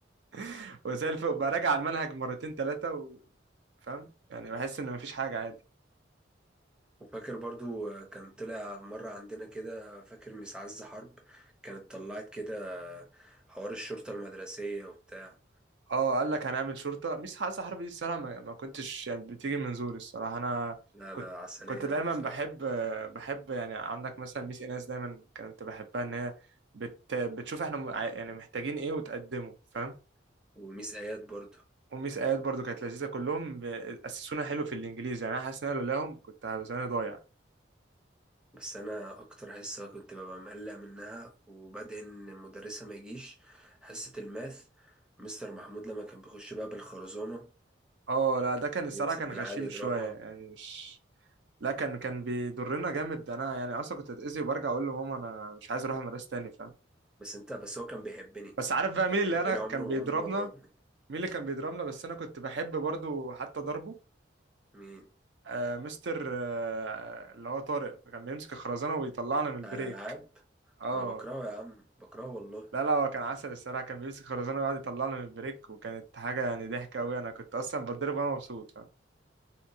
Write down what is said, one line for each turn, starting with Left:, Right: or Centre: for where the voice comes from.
Right: <laughs> وزي الفل براجع على المنهج مرتين ثلاثه و... فاهم يعني بحس ان مفيش حاجه عادي
Centre: وفاكر برضو آه، كان طلع مرة عندنا كده فاكر مس عز حرب كانت طلعت كده آه، حوار الشرطة المدرسية وبتاع
Right: اه قال لك هنعمل شرطه مش حاسه حرب دي الصراحه ما, ما كنتش يعني بتيجي من زوري الصراحه انا
Centre: لا
Right: كنت
Centre: لا عسلية
Right: كنت دايما
Centre: أوي بصراحة
Right: بحب بحب يعني عندك مثلا ميس ايناس دايما كنت بحبها ان هي بت بتشوف احنا م- يعني محتاجين ايه وتقدمه فاهم
Centre: وميس آيات برضو
Right: وميس آيات برضو كانت لذيذة كلهم ب- أسسونا حلو في الإنجليزي يعني أنا حاسس إن أنا لولاهم كنت هبقى زماني ضايع
Centre: بس انا اكتر حصه كنت ببقى مقلق منها وبدعي ان المدرسه ما يجيش حصه الماث مستر محمود لما كان بيخش بقى بالخرزانه
Right: اه لا ده كان الصراحة
Centre: يمسك
Right: كان
Centre: العيال
Right: غشيم
Centre: يضربها
Right: شوية يعني مش لا كان كان بيضرنا جامد أنا يعني أصلا كنت أتأذي وبرجع أقول لماما أنا مش عايز أروح المدرسة تاني فاهم
Centre: بس انت بس هو كان بيحبني
Right: بس عارف بقى
Centre: كان
Right: مين اللي
Centre: بيحبني
Right: أنا
Centre: عمره
Right: كان بيضربنا
Centre: ما عمره ما ضربني
Right: مين اللي كان بيضربنا بس أنا كنت بحب برضو حتى ضربه
Centre: مين
Right: آه مستر آه اللي هو طارق كان بيمسك الخرزانة ويطلعنا من البريك
Centre: بتاع الالعاب
Right: اه
Centre: انا بكرهه يا عم بكرهه والله
Right: لا لا هو كان عسل الصراحه كان بيمسك خرزانه ويقعد يطلعنا من البريك وكانت حاجه يعني ضحكه قوي انا كنت اصلا بتضرب وانا مبسوط فاهم